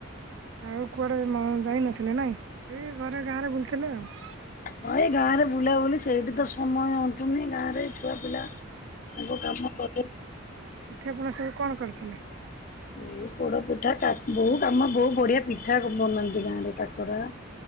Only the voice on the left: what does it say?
ହଁ ଏଇ ଗାଁଆରେ ବୁଲାବୁଲି ସେଇଠି ତ ସମୟ ଅ ଅଣ୍ଟୁନି, ଗାଁ ରେ ଛୁଆପିଲା ତାଙ୍କ କାମ କରେ।
ଏଇ ପୋଡ ପିଠା କା ବୋଉ କାମ ବୋଉ ବଢିଆ ପିଠା ବନାନ୍ତି ଗାଁଆରେ କାକରା।